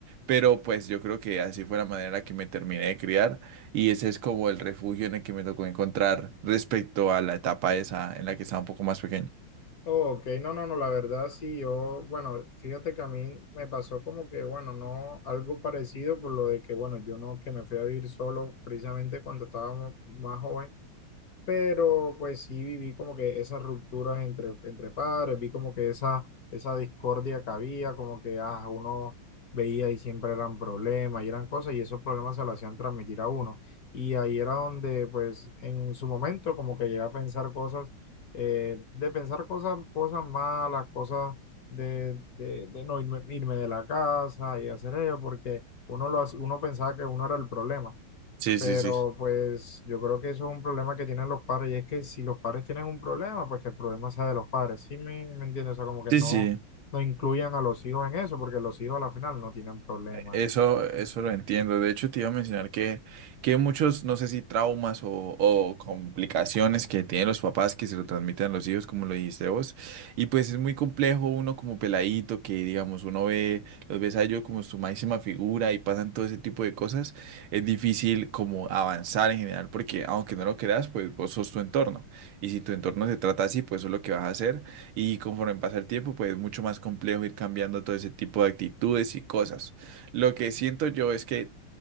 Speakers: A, on the right (about 85°); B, on the left (about 55°).
A: pero pues yo creo que así fue la manera en la que me terminé de criar y ese es como el refugio en el que me tocó encontrar respecto a la etapa esa en la que estaba un poco más pequeño.
B: Ok, no, no, no, la verdad sí, yo, bueno, fíjate que a mí me pasó como que, bueno, no, algo parecido por lo de que, bueno, yo no, que me fui a vivir solo precisamente cuando estaba mo- más joven pero pues sí viví como que esas rupturas entre, entre padres, vi como que esa, esa discordia que había, como que ah, uno veía y siempre eran problemas y eran cosas y esos problemas se lo hacían transmitir a uno. Y ahí era donde pues en su momento como que llegué a pensar cosas, eh, de pensar cosas, cosas malas, cosas de, de, de no irme, irme de la casa y hacer ello, porque uno, lo, hace- uno pensaba que uno era el problema.
A: Sí,
B: Pero
A: sí, sí.
B: pues yo creo que eso es un problema que tienen los padres y es que si los padres tienen un problema, pues que el problema sea de los padres. Sí me, me entiendo, o sea, como que
A: Sí,
B: no,
A: sí.
B: no incluyan a los hijos en eso, porque los hijos a la final no tienen problemas.
A: Eso, eso lo entiendo. De hecho, te iba a mencionar que, que muchos, no sé si traumas o, o complicaciones que tienen los papás que se lo transmiten a los hijos, como lo dijiste vos. Y pues es muy complejo uno como peladito, que digamos, uno ve, los ves a ellos como su máxima figura y pasan todo ese tipo de cosas. Es difícil como avanzar en general, porque aunque no lo creas, pues vos sos tu entorno. Y si tu entorno se trata así, pues eso es lo que vas a hacer. Y conforme pasa el tiempo, pues es mucho más complejo ir cambiando todo ese tipo de actitudes y cosas. Lo que siento yo es que